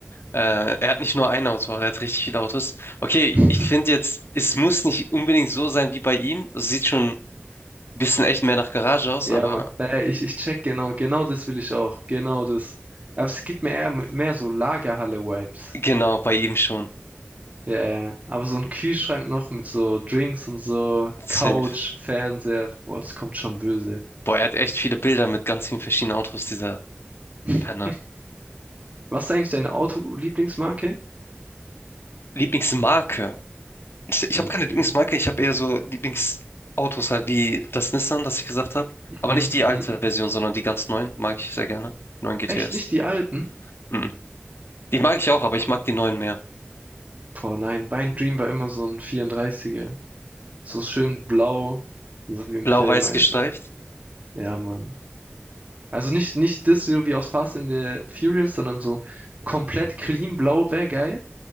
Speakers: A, on the left; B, on the right.
A: Äh, er hat nicht nur ein Auto, er hat richtig viele Autos. Okay,
B: <laughs>
A: ich finde jetzt, es muss nicht unbedingt so sein wie bei ihm. Es sieht schon ein bisschen echt mehr nach Garage aus,
B: Ja,
A: aber
B: Mann. Äh, ich, ich check genau, genau das will ich auch. Genau das. Aber es gibt mir eher m- mehr so Lagerhalle-Vibes.
A: genau, bei ihm schon.
B: Ja, ja. ja. aber so ein Kühlschrank noch mit so Drinks und so,
A: Safe.
B: Couch, Fernseher, boah, das kommt schon böse.
A: Boah, er hat echt viele Bilder mit ganz vielen verschiedenen Autos, dieser
B: <laughs>
A: Penner.
B: Was ist eigentlich deine Auto-Lieblingsmarke?
A: Lieblingsmarke. Ich, ich
B: Also,
A: habe keine Lieblingsmarke,
B: Bier.
A: ich habe eher so Lieblingsautos halt, wie das Nissan, das ich gesagt habe.
B: mhm,
A: Aber nicht die
B: mhm,
A: alte
B: mhm.
A: Version, sondern die ganz neuen mag ich sehr gerne. Neuen GTS.
B: Echt nicht die alten?
A: Mhm. Die mag ich auch, aber ich mag die neuen mehr.
B: Boah, nein, mein Dream war immer so ein 34er. So schön blau, so wie im
A: Blau-weiß
B: Film einfach.
A: gestreift.
B: Ja, Mann. Also nicht, nicht das so wie aus Fast and the Furious, sondern so komplett clean blau wäre geil.